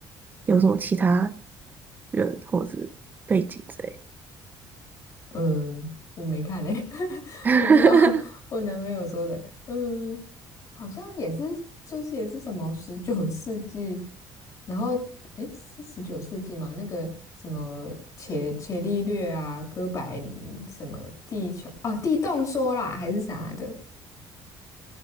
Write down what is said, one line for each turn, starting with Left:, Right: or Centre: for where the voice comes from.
Right: 有什么其他人或者是背景之类
Left: 嗯，我没看诶、<laughs>
Right: 的？<laughs>
Left: 我不知道我男朋友说的。嗯，好像也是，就是也是什么十九世纪，然后诶，是十九世纪吗？那个什么伽伽利略啊，哥白尼什么地球啊，地动说啦，还是啥的？